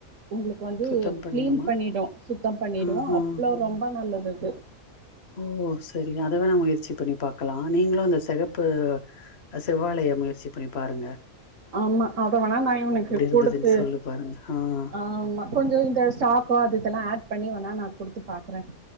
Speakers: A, on the right (about 70°); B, on the left (about 55°).
A: உங்ளுக்கு வந்து
B: சுத்தம் பண்ணிருமா
A: க்ளீன் பண்ணிடு சுத்தம் பண்ணிடு
B: ஆ ஆ
A: அவ்ளோ ரொம்ப நல்லதுது
B: ஓ செரின்னா அதவேணா முயற்சி பண்ணிப்பாக்கலா நீங்களும் அந்த சிகப்பு செவ்வாலய முயற்சி பண்ணிப்பாருங்க
A: ஆமா அதவேணாநா இவனுக்கு
B: இருந்ததுன்னு
A: குடுத்து
B: சொல்லு பாருங்க ஆ
A: ஆமா கொஞ்ச இந்த ஸ்டாக்கோ அதுயிதெல்லா ஆட்பண்ணி வேணா நா குடுத்துப்பாக்குறே